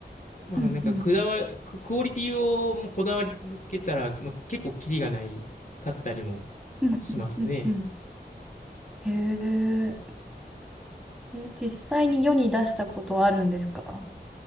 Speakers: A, on the left; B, in the centre.
A: まあなんかくだわ、
B: うんうん。
A: ク、クオリティをもうこだわり続けたら、まあ、結構キリがないかったりも
B: うんうんうんうん
A: しますね。
B: へえ。え、実際に世に出したことはあるんですか